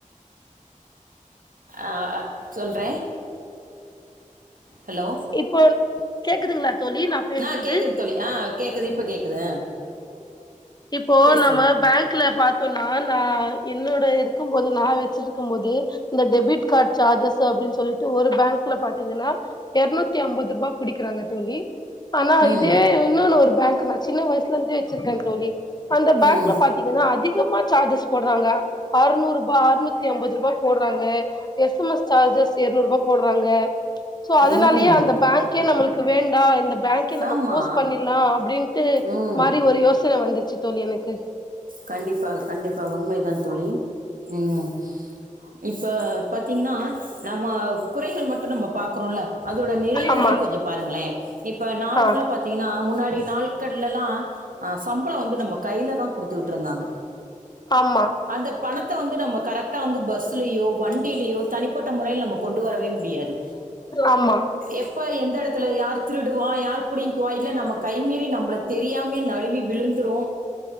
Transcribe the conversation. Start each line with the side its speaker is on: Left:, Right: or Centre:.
Right: ஆ சொல்றேன் ஹலோ
Left: இப்போ கேக்குதுங்களா தோழி நா பேசுறது
Right: ஆ கேக்குது தோழி ஆ கேக்குது இப்ப கேக்குது ஆ
Left: இப்போ
Right: பேசுங்க
Left: நம்ம பேங்க்ல பாத்தோனா நா என்னோட இருக்கும் போது நா வச்சு இருக்கு போது இந்த டெபிட் காட் சார்ஜஸ் அப்டின் சொல்லிட்டு ஒரு பேங்க்ல பாத்தீங்கனா எரநூத்தி அம்பது ரூபா புடிக்கறாங்க தோழி ஆனா
Right: ம்
Left: இதே இன்னொனு ஒரு பேங்க் நா சின்ன வயசுலந்தே வச்சுருக்கேன் தோழி அந்த பேங்க்ல
Right: ம்
Left: பாத் தீங்கனா அதிகமா சார்ஜஸ் போட்றாங்க ஆற்நூறுபா ஆறுநூத்தி ஐம்பது ரூபா போட்றாங்க எஸ் எம்எஸ் சார்ஜஸ் எருநூறுபா போட்றாங்க சோ அதனாலயே
Right: ம்
Left: அந்த பேங்கே நம்மளுக்கு வேண்டா இந்த பேங்கே நம்ம
Right: ஆமா
Left: குளோஸ் பண்ணிற்லா அப்டின்ட்டு
Right: ம்
Left: மாறி ஒரு யோசன வந்துச்சி தோழி எனக்கு
Right: கண்டிப்பா கண்டிப்பா உண்மைதா தோழி ம் இப்ப பாத்தீங்கனா நம்ம குறைகள் மட்டு நம்ப பாக்குறோல அதோட நிறைவுகளையு
Left: ஆமா
Right: கொஞ்ச பாருங்களே இப்ப நார்ம்லா
Left: ஆ
Right: பாத்தீங்கனா முன்னாடி நாட்கள்லலா அ சம்பளோ வந்து நம்ம கைலதா குடுத்துகிட்ருந்தாங்க
Left: ஆமா
Right: அந்த பணத்த வந்து நம்ம கரெக்டா வந்து பஸ்ஸுலையோ வண்டியிலயோ தனிப்பட்ட முறையில் நம்ம கொண்டு வரவே முடியாது
Left: ஆமா
Right: எப்ப எந்த எடத்துல யார் திருடுவா யார் புடிங்க்குவா இல்ல நம்ம கைமீறி நம்ள தெரியாமயே நழுவி விழுந்துரு